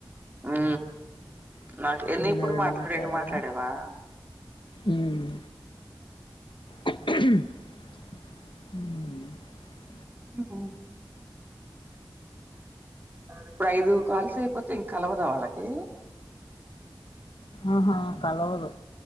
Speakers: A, on the right (about 25°); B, on the left (about 75°).
A: ఉ నాకు ఎన్ని
B: నిన్న
A: ఇప్పుడు మాట్లా
B: మాట్లాడగా
A: రెండు మాట్లాడేవా,
B: ఉమ్, <unintelligible>
A: <unintelligible> కే ఇప్పుడు ఐదు కాల్స్ అయిపోతే ఇంకా కలవదా వాళ్ళకి,
B: ఆహా కలవదు